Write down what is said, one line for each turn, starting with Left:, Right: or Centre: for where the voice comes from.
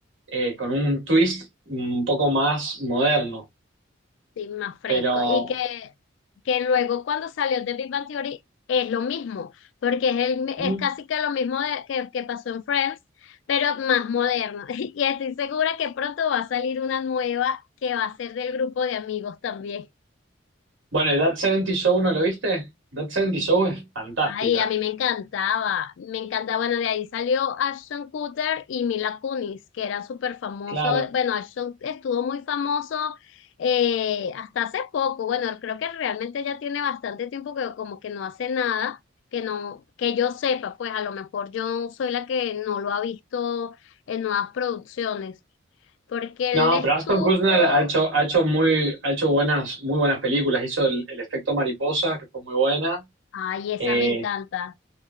Right: eh, con un twist un poco más moderno.
Left: Sí, más fresco.
Right: Pero,
Left: Y que, que luego cuando salió The Big Bang Theory es lo mismo, porque es, el, es
Right: mm,
Left: casi que lo mismo de- que, que pasó en Friends, pero más moderno. <laughs> Y estoy segura que pronto va a salir una nueva que va a ser del grupo de amigos también.
Right: bueno, That 70 Show, ¿no lo viste? That 70 Show es fantástica,
Left: Ay, a mí me encantaba, me encanta, bueno, de ahí salió Ashton Kutcher y Mila Kunis, que era súper famoso,
Right: claro.
Left: bueno, Ashton estuvo muy famoso eh, hasta hace poco, bueno, creo que realmente ya tiene bastante tiempo que como que no hace nada, que no, que yo sepa, pues a lo mejor yo soy la que no lo ha visto en nuevas producciones, porque
Right: No,
Left: él estuvo,
Right: pero Ashton Kutcher ha hecho, ha hecho muy, ha hecho buenas, muy buenas películas. Hizo el, el efecto mariposa, que fue muy buena.
Left: ay, esa
Right: eh,
Left: me encanta,